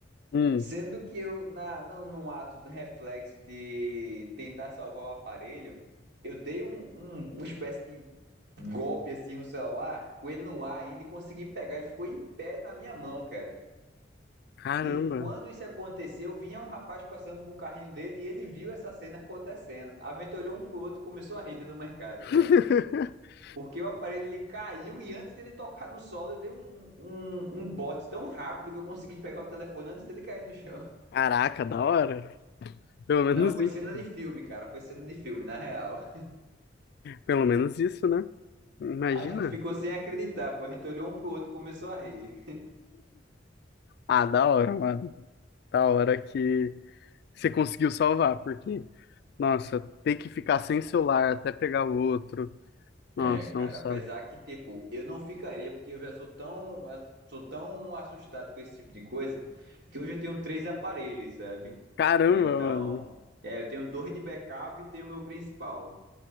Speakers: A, on the left; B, on the right.
A: hum.
B: Sendo que eu, na, num, num ato do reflexo de tentar salvar o aparelho, eu dei um, um- uma espécie de golpe assim no celular, com ele no ar ainda, e consegui pegar. Ele ficou em pé na minha mão, cara.
A: Caramba.
B: E quando isso aconteceu, vinha um rapaz passando com o carrinho dele e ele viu essa cena acontecendo. A Venta olhou um pro outro e começou a rir dentro do mercado,
A: <laughs>
B: cara. Porque o aparelho ele caiu e antes dele tocar no solo, eu dei um, um, um bote tão rápido que eu consegui <laughs> pegar o telefone antes dele cair no chão.
A: Caraca, da hora. Pelo menos
B: Não, foi
A: isso.
B: cena de filme, cara. Foi cena de filme, na real.
A: Pelo menos isso, né? Imagina.
B: A gente ficou sem acreditar, pô. A gente olhou um pro outro e começou a rir.
A: Ah, da hora, mano. Da hora que você conseguiu salvar, porque, nossa, ter que ficar sem celular até pegar o outro. Nossa,
B: É, cara,
A: é um saco.
B: apesar que, tipo, eu não ficaria, porque eu já sou tão, sou tão assustado com esse tipo de coisa, que hoje eu tenho três aparelhos, sabe?
A: Caramba,
B: Então,
A: mano.
B: é, eu tenho dois de backup e tenho o meu principal.